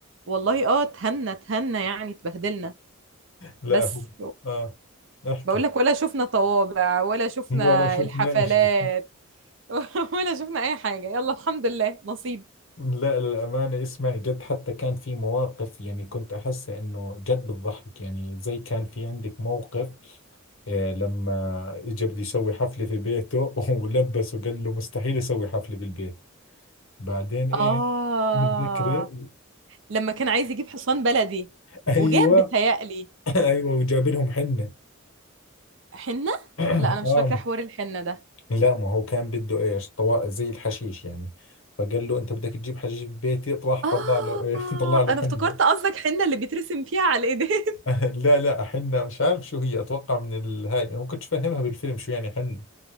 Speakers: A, on the right; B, on the left.
A: والله اه اتهنا اتهنا يعني اتبهدلنا
B: لا
A: بس
B: هو اه احكي
A: بقول لك ولا شفنا طوابع ولا شفنا
B: ولا شفنا
A: الحفلات
B: شيء
A: <laughs> ولا شفنا اي حاجه يلا الحمد لله نصيب
B: لا للأمانة اسمعي جد حتى كان في مواقف يعني كنت أحس إنه جد بتضحك يعني زي كان في عندك موقف إيه لما اجى بده يسوي حفلة في بيته <laughs> ولبسه قال له مستحيل اسوي حفلة بالبيت بعدين ايه
A: آه
B: متذكرة <laughs>
A: لما كان عايز يجيب حصان بلدي
B: ايوه
A: وجاب بتهيألي
B: <laughs> ايوه وجاب لهم حنة
A: حنه
B: <clears throat>
A: لا انا مش
B: اه
A: فاكره حوار الحنه ده
B: لا ما هو كان بده ايش طوا زي الحشيش يعني فقال له انت بدك تجيب حشيش في بيتي راح طلع
A: آه
B: له ايش <laughs> طلع له
A: أنا
B: حنة
A: افتكرت قصدك حنة اللي بيترسم فيها على الإيدين <laughs>
B: <laughs> لا لا حنة مش عارف شو هي اتوقع من الهاي انا ما كنتش فاهمها بالفيلم شو يعني حنة